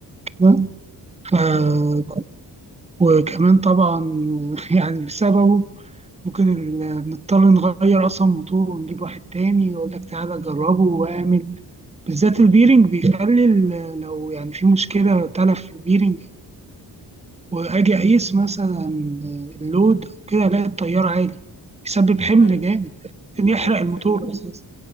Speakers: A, on the right; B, on the left.
A: كده ف-
B: تمام
A: وكمان طبعا <laughs> يعني بسببه ممكن ال- نضطر نغير اصلا موتور ونجيب واحد تاني يقول لك تعالى جربه واعمل بالذات
B: مم.
A: البيرنج بيخلي ال- لو يعني في مشكلة تلف في البيرنج واجي اقيس مثلا اللود أو كده الاقي التيار عالي بيسبب حمل
B: ايوه
A: جامد ممكن
B: ده
A: يحرق
B: حقيقي
A: الموتور
B: فعلا
A: اساسا